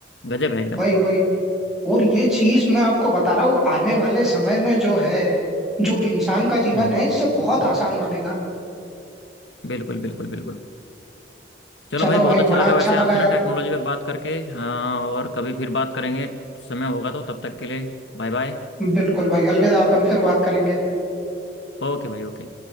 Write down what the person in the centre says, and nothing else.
वही वही और ये चीज मैं आपको बता रहा हूँ आने वाले समय में जो है जो इंसान का जीवन
है इससे बहुत आसान बनेगा
चलो
भाई
बड़ा
अच्छा
लगा
यार
बिल्कुल भाई अलविदा अपन फिर बात करेंगे